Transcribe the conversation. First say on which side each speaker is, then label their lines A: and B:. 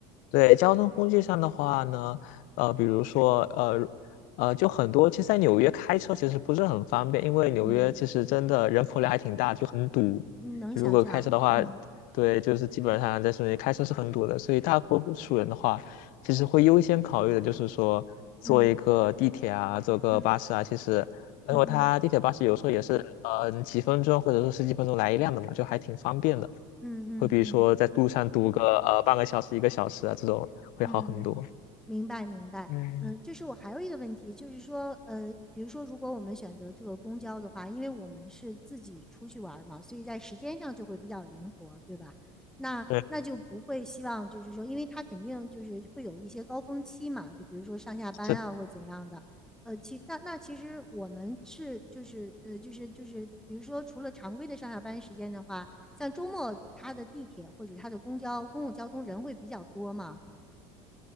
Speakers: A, on the left; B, in the centre.
A: 对，交通工具上的话呢，呃，比如说，呃，呃，就很多，其实在纽约开车其实不是很方便，因为纽约其实真的人口量还挺大，
B: 嗯，
A: 就很堵。
B: 你能想象？
A: 就如果开车的话，
B: 嗯
A: 对，就是基本上在室内开车是很堵的，所以大多数人的话，其实会优先考虑的就是说，坐一个地铁啊，
B: 嗯
A: 坐个巴士啊，
B: 嗯
A: 其实，因为它地铁巴士有时候也是，
B: 嗯嗯
A: 呃，几分钟或者说十几分钟来一辆的嘛，就还挺方便的。
B: 嗯嗯嗯嗯。
A: 会比如说在路上堵个呃半个小时、一个小时啊，这种会好很多。
B: 嗯，明白明白。
A: 嗯，
B: 嗯，就是我还有一个问题，就是说，呃，比如说，如果我们选择这个公交的话，因为我们是自己出去玩儿嘛，所以在时间上就会比较灵活，对吧？那那就不会希望就是说，
A: 对，
B: 因为它肯定就是会有一些高峰期嘛，就比如说上下班啊或怎样的。
A: 这
B: 呃，其那那其实我们是就是呃就是就是，比如说除了常规的上下班时间的话，像周末它的地铁或者它的公交公共交通人会比较多嘛？